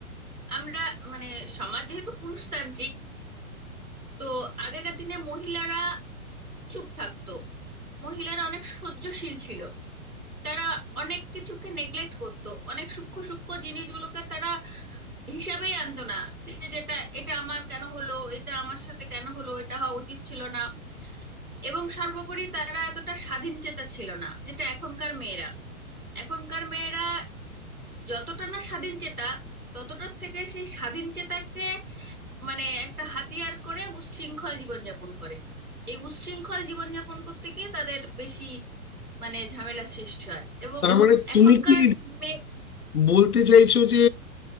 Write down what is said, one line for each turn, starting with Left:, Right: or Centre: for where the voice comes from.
Right: আমরা মানে সমাজ যেহেতু পুরুষতান্ত্রিক তো আগেকার দিনে মহিলারা চুপ থাকতো মহিলারা অনেক সহ্যশীল ছিল তারা অনেক কিছুকে নেগলেক্ট করতো অনেক সূক্ষ্ম সূক্ষ্ম জিনিসগুলোকে তারা হিসাবেই আনতো না যে যেটা এটা আমার কেন হলো এটা আমার সাথে কেন হলো এটা হওয়া উচিত ছিল না এবং সর্বোপরি তারা এতটা স্বাধীন চেতা ছিল না যেটা এখনকার মেয়েরা এখনকার মেয়েরা যতটা না স্বাধীন চেতা ততটার থেকে সেই স্বাধীন চেতাকে মানে একটা হাতিয়ার করে উচ্ছৃঙ্খল জীবনযাপন করে এই উচ্ছৃঙ্খল জীবনযাপন করতে গিয়ে তাদের বেশি মানে ঝামেলা সৃষ্টি হয় এবং
Left: তার মানে
Right: এখনকার
Left: তুমি কি
Right: মেয়ে
Left: বলতে চাইছো যে